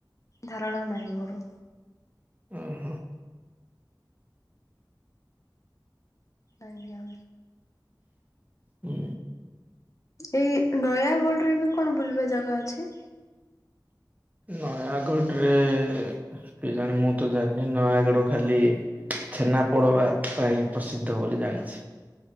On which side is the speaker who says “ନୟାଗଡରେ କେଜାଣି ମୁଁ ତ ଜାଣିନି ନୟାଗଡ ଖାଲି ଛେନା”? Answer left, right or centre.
Right